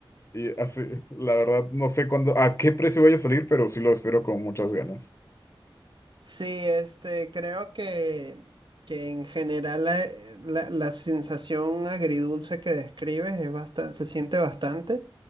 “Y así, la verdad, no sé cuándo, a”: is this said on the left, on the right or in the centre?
Left